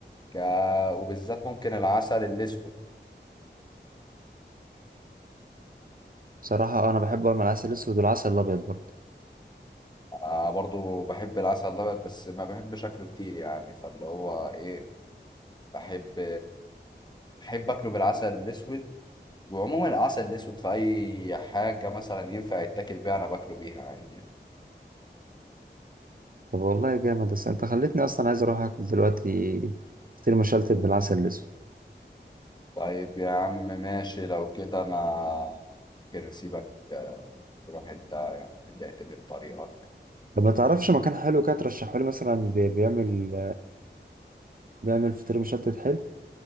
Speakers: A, on the left; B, on the right.
A: ك... وبالذات ممكن العسل الاسود
B: بصراحة أنا بحبه مع العسل الأسود والعسل الأبيض برضه
A: انا برضو بحب العسل الابيض بس ما بحب شكله كتير يعني فاللي هو ايه بحب بحب اكله بالعسل الاسود وعموما العسل الاسود في اي حاجه مثلا ينفع يتاكل بيها انا باكله بيها عادي يعني.
B: طب والله جامد بس انت خلتني اصلا عايز اروح اكل دلوقتي فطير مشلتت بالعسل الاسود
A: طيب يا عم ماشي لو كده انا ممكن اسيبك آه، تروح انت يعني تعتمد طريقك
B: طب ما تعرفش مكان حلو كده ترشحه لي مثلا بي- بيعمل بيعمل فطير مشلتت حلو